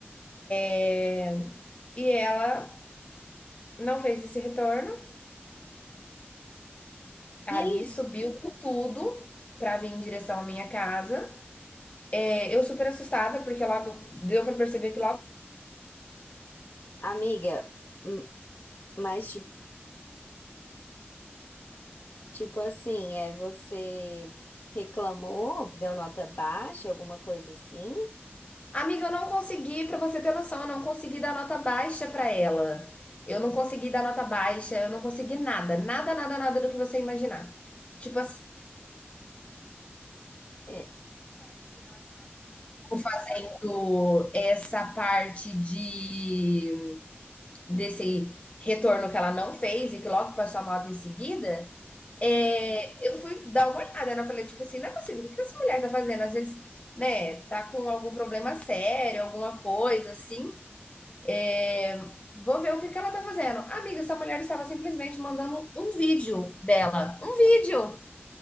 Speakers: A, on the left; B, on the left.
A: É, e ela não fez esse retorno Ali
B: E aí?
A: subiu com tudo para vir em direção à minha casa. É, eu super assustada, porque logo deu para perceber que logo.
B: Amiga, hum, mas ti- tipo assim, é você reclamou, deu nota baixa, alguma coisa assim?
A: Amiga, eu não consegui, para você ter noção, eu não consegui dar nota baixa para ela. Eu não consegui dar nota baixa, eu não consegui nada, nada, nada, nada do que você imaginar. Tipo assim,
B: É.
A: fazendo essa parte de desse retorno que ela não fez e que logo passou a moto em seguida, É, eu fui dar uma olhada, né? Eu falei, tipo assim, não é possível, o que que essa mulher tá fazendo? Às vezes, né, tá com algum problema sério, alguma coisa assim. É, vou ver o que que ela tá fazendo. Amiga, essa mulher estava simplesmente mandando um vídeo dela. Um vídeo!